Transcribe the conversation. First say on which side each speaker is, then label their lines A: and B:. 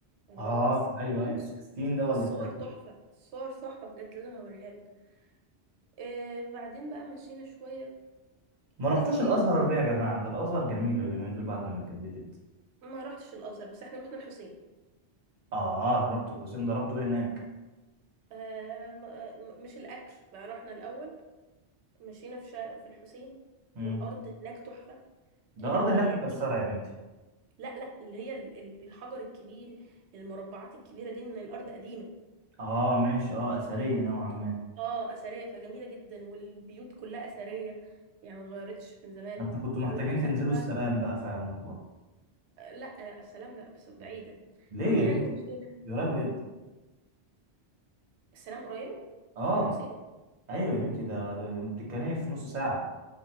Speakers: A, on the right (about 75°); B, on the right (about 45°).
A: اللي
B: اه
A: هو 16
B: ايوه ال 16 ده
A: فالصور
B: ولا ال 13
A: تحفة الصور تحفة بجد لازم هوريها لك آه بعدين بقى مشينا شوية
B: ما رحتوش
A: لفينا
B: الازهر ليه يا جماعة؟ ده الازهر جميلة اليومين دول بعد ما اتجددت
A: ما رحتش الازهر بس احنا رحنا الحسين
B: اه رحت الحسين ضربته ايه هناك
A: آه م- آه، م- مش الاكل بقى رحنا الاول مشينا في شا... في الحسين
B: مم.
A: والارض هناك تحفة
B: ده
A: لان
B: الارض هناك
A: هي
B: مكسره
A: قديمة
B: يا بنتي
A: لا لا اللي هي ال- ال- الحجر الكبير المربعات الكبيرة دي ان الارض قديمة
B: اه ماشي اه اثريه نوعا ما
A: اه اثرية فجميلة جدا والبيوت كلها اثرية يعني ما اتغيرتش من زمان
B: انت كنت محتاجين
A: ودخلنا
B: تنزلوا
A: بقى
B: السلام بقى فعلا والله
A: لا لا السلام لا بس بعيدة
B: ليه
A: المهم
B: يا
A: يعني
B: بنتي
A: ومشينا
B: دي قريبه جدا
A: السلام قريبة
B: اه
A: من الحسين
B: ايوه يا بنتي ده ده انت بتتكلمي في نص ساعه